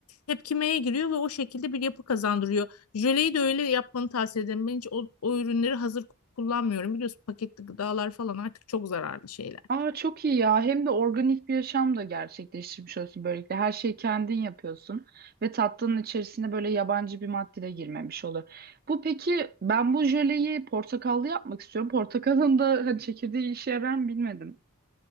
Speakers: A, on the left; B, on the right.
A: tepkimeye giriyor ve o şekilde bir yapı kazandırıyor. Jöleyi de öyle yapmanı tavsiye ederim. Ben hiç o, o ürünleri hazır kullanmıyorum. Biliyorsun paketli gıdalar falan artık çok zararlı şeyler.
B: Aa çok iyi ya. Hem de organik bir yaşam da gerçekleştirmiş olsun böylelikle. Her şeyi kendin yapıyorsun ve tatlının içerisine böyle yabancı bir madde de girmemiş olur. Bu peki ben bu jöleyi portakallı yapmak istiyorum. Portakalın da hani çekirdeği işe yarar mı bilmedim.